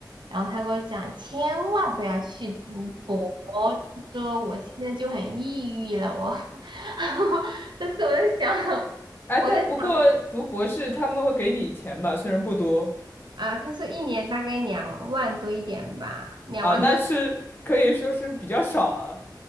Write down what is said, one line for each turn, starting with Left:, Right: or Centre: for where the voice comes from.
Right: 然后她跟我讲，千万不要去读博，她说我现在就很抑郁了。我，<laughs> 但是我在想，
Left: 哎，
Right: 我在想
Left: 但不过读博士他们会给你钱吧，虽然不多。
Right: 啊，她说一年大概两万多一点吧，两万多。
Left: 啊，那是可以说是比较少了